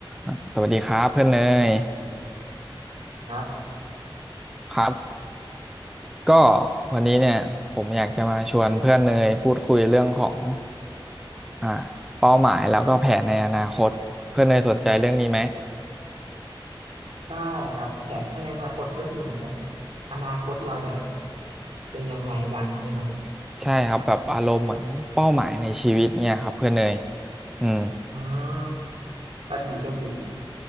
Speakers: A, in the centre; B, on the right (about 85°).
A: อ่ะสวัสดีครับเพื่อนเนย
B: ครับ
A: ครับก็วันนี้เนี่ยผมอยากจะมาชวนเพื่อนเนยพูดคุยเรื่องของอ่าเป้าหมายแล้วก็แผนในอนาคตเพื่อนเนยสนใจเรื่องนี้ไหม
B: ได้ครับแผนในอนาคตก็คือเหมือนแบบอนาคตเราจะเป็นยังไงกันนี่แหละครับ
A: ใช่ครับแบบอารมณ์เหมือนเป้าหมายในชีวิตเนี่ยครับเพื่อนเนยอืม
B: อืมก็ดีก็ดี